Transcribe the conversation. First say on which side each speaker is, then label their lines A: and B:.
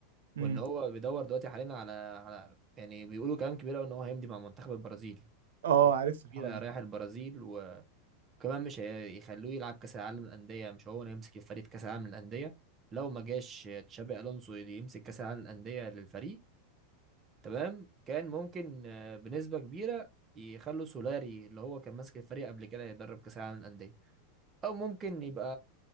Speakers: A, on the right; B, on the right.
A: امم
B: وان هو بيدور دلوقتي حاليا على على يعني بيقولوا كلام كبير قوي ان هو هيمضي مع منتخب البرازيل
A: اه عرفت الحوار
B: كبيرة
A: ده
B: رايح البرازيل و وكمان مش هيخلوه يلعب كاس العالم للانديه مش هو اللي يمسك الفريق في كاس العالم للانديه لو ما جاش تشابي الونسو يمسك كاس العالم للانديه للفريق تمام كان ممكن آه، بنسبه كبيره يخلوا سولاري اللي هو كان ماسك الفريق قبل كده يدرب كاس العالم للانديه او ممكن يبقى